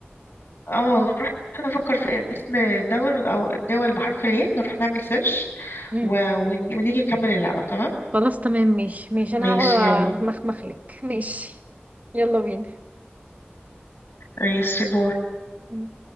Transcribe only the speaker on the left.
اه نروح نفكر في اسم دول او دول بحرف الياء نروح نعمل سيرش
و... ونجي- ونيجي نكمل اللعبة تمام
ماشي
يلا
ماشي باي